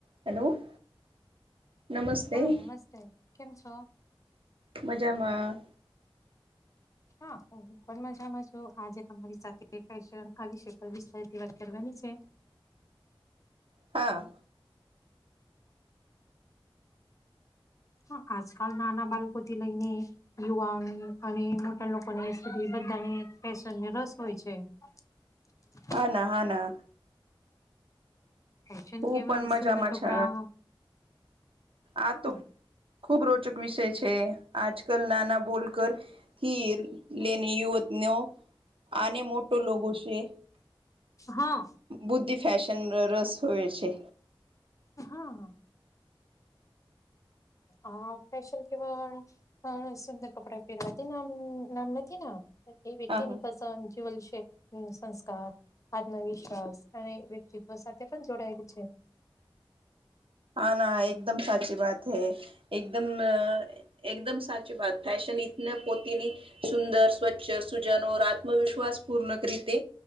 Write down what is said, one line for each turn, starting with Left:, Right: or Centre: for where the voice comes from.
Right: Hello નમસ્તે
Left: હા નમસ્તે કેમ છો?
Right: મજામાં
Left: હા પણ મજામાં છ આજે તમારી સાથે ફેશન આ વિષ પર વિતાર વાત કરવાની છે
Right: હા
Left: હ આજકાલ નાના બાળકો થી લઈને યુવાઓની અને મોટા લોકોનીધી બધાને ફેશનને રસ હોય છે <unintelligible>
Right: હ ના હા ના
Left: ફશન
Right: હું
Left: કેવલ
Right: પણ મજામાં
Left: સુંદર કપડા
Right: છે આ
Left: હા
Right: તો ખુબ રોચક વિષય છે આજ કલ નાના બોલ કરથીર લેને યુવતનેઓ આને મોટો લોકો છે
Left: હા
Right: બુદ્ધિ ફશન રસ હોય છે
Left: હા હા આ ફેશન કેવા સુંદર કપડા પહેરવાતી નામ નામ નથી એ વતિ
Right: હા
Left: નની
Right: હા
Left: પસ જીવલ શેખ સંસ્કાર આત્મવિશ્વાસ અને વ્યક્તિત્વ સાથે પણ જોડાયેલું છે
Right: હા ના એકદમ સાચી વાત હૈ એકદમ એકદમ સાચી વાત ફૅશન રતના પોતેની સુંદર સ્વચ્છ સુજન ઓર આત્મવિશ્વાસ પૂર્ણક રીતે